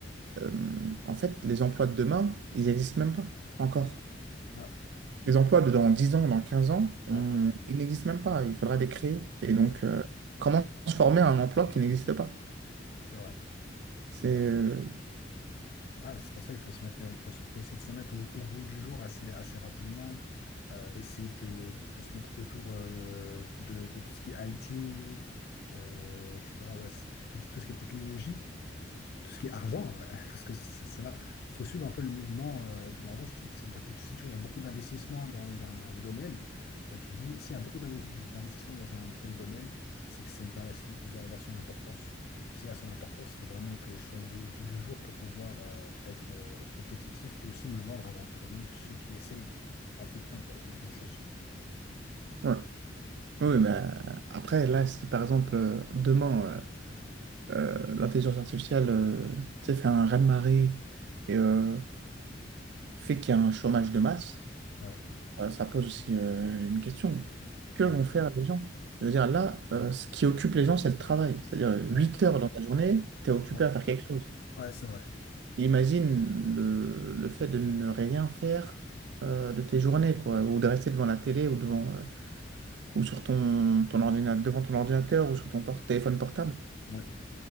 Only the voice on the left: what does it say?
ouais,
ouais,
ouais.
C'est vrai,
c'est
vrai. Ah, c'est pour ça qu'il faut se mettre, il faut, se- faut essayer de se mettre au, au goût du jour assez, assez rapidement. Euh, essayer de, de, de se mettre autour euh, de, de tout ce qui est IT, euh, etc. Ouais, c'est- tout, tout ce qui est technologie. Tout ce qui est argent, ouais, <laughs> parce que c'est c'est là. Il faut suivre un peu le mouvement euh, de l'argent. si tu veux. C'est-à-dire que tu- si tu vois, il y a beaucoup d'investissements dans un domaine, bah, tu dis, s'il y a beaucoup d'investi- d'investissements dans un tel domaine, c'est que ça, il doit, si- il doit avoir son importance. S'il y a son importance, il faut vraiment que je sois au goût, au bout du jour pour pouvoir euh, être euh, compétitif et aussi me vendre avant, avant même que ceux qui essayent d'entreprendre euh, ce genre de choses. tu
vois. Ouais,
ouais,
ouais,
ouais.
Ouais, c'est vrai.
Ouais,